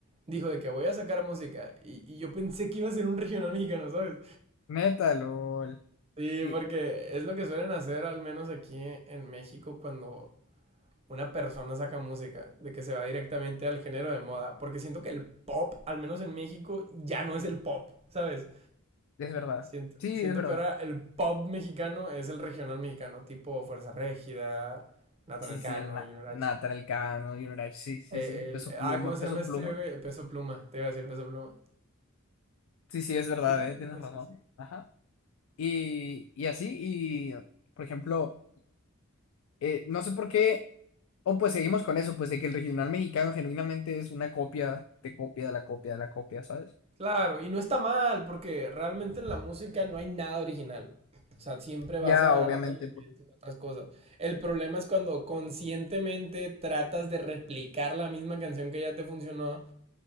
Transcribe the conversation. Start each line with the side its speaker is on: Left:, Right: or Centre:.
Right: dijo de que voy a sacar música y, y yo pensé que iba a ser un regional mexicano, ¿sabes?
Left: Neta, lol.
Right: Sí,
Left: Yo-
Right: porque es lo que suelen hacer al menos aquí en México cuando una persona saca música, de que se va directamente al género de moda, porque siento que el pop, al menos en México, ya no es el pop, ¿sabes?
Left: Es verdad.
Right: Siento,
Left: Sí,
Right: siento
Left: es verdad.
Right: que ahora el pop mexicano es el regional mexicano, tipo Fuerza Régida, Nathan
Left: Sí,
Right: Elcano,
Left: sí, sí, el Na-
Right: Junior H.
Left: Nathan Elcano, Junior sí, sí,
Right: Eh,
Left: sí. Peso
Right: el,
Left: Pluma,
Right: ah, ¿cómo se
Left: Peso
Right: llama este,
Left: Pluma.
Right: güey? Peso Pluma, te iba a decir Peso Pluma.
Left: Sí, sí, es verdad,
Right: Sí,
Left: eh, tienes
Right: pues
Left: razón.
Right: así.
Left: Ajá. Y, y así, y por ejemplo, eh, no sé por qué, o pues seguimos con eso, pues de que el regional mexicano genuinamente es una copia de copia de la copia de la copia, ¿sabes?
Right: Claro, y no está mal, porque realmente en la música no hay nada original. O sea, siempre vas
Left: Ya,
Right: a agarrar
Left: obviamente.
Right: elementos
Left: pues,
Right: de otras cosas. El problema es cuando conscientemente tratas de replicar la misma canción que ya te funcionó